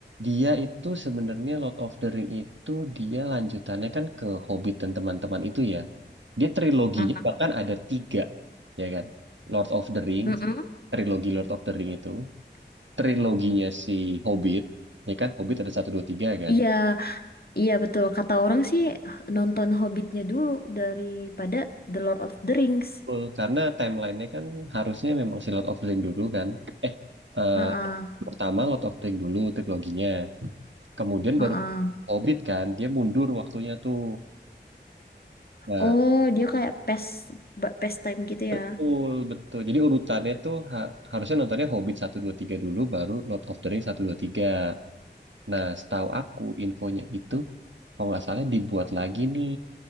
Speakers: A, on the right; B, on the left.
A: Dia itu sebenarnya Lord of the Ring itu dia lanjutannya kan ke Hobbit dan teman-teman itu ya. Dia triloginya
B: Mm-mm.
A: bahkan ada tiga ya kan. Lord of the Ring,
B: Mm-mm.
A: trilogi Lord of the Ring itu, triloginya si Hobbit, ya kan Hobbit ada satu dua tiga kan.
B: Iya, iya betul. Kata orang sih nonton Hobbitnya dulu daripada The Lord of the Rings.
A: Betul, karena timelinenya kan harusnya memang si Lord of the Ring dulu kan. Eh, eh,
B: Heeh,
A: pertama Lord of the Ring dulu triloginya. Kemudian
B: heeh.
A: baru Hobbit kan, dia mundur waktunya tuh. Nah,
B: Oh, dia kayak past ba- past time gitu ya.
A: betul, betul. Jadi urutannya tuh ha- harusnya nontonnya Hobbit satu 2 3 dulu, baru Lord of the Ring satu 2 3. Nah, setahu aku infonya itu, kalau nggak salah dibuat lagi nih